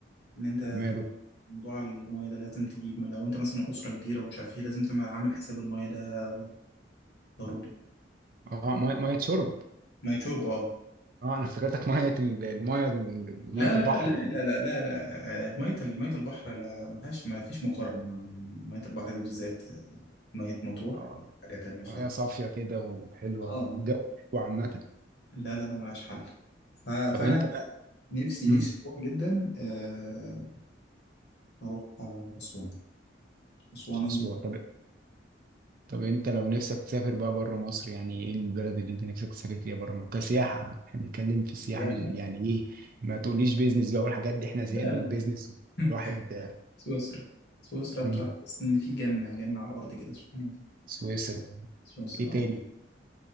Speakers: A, on the left; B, on the right.
A: إن أنت
B: ماله
A: موضوع المية ده لازم تجيب من لو أنت مثلا أسرة كبيرة ومش عارف إيه لازم تبقى عامل حساب المية ده ضروري
B: اه مية مية شرب
A: مية شرب أه
B: اه انا افتكرتك ميه ال- الميه ال-
A: لا
B: ميه
A: لا
B: البحر
A: لا لا
B: يعني
A: لا لا لا لا آه، مية ال- مية البحر لا ما فيهاش ما فيش مقارنة مع مية البحر دي بالذات مية مطروح
B: آه،
A: حاجة تانية خالص
B: ميه صافيه كده وحلوه
A: أه
B: والجو حلو عامه
A: لا لا لا ملهاش حل ف-
B: طب
A: فأنا
B: انت بقى
A: نفسي
B: امم
A: نفسي أروح جدا آه، أروح آه، أسوان أسوان
B: اسوان
A: هي
B: طب طب انت لو نفسك تسافر بقى بره مصر يعني ايه البلد اللي انت نفسك تسافر فيها بره مصر كسياحه احنا بنتكلم في السياحه
A: سياحة
B: مش- يعني ايه ما تقوليش بيزنس بقى والحاجات دي احنا زهقنا
A: لا لا
B: من البيزنس
A: <laughs>
B: الواحد
A: سويسرا سويسرا بتاعت
B: امم
A: بس ان في جنة جنة على الارض كده سبحان الله
B: سويسرا
A: سويسرا
B: ايه تاني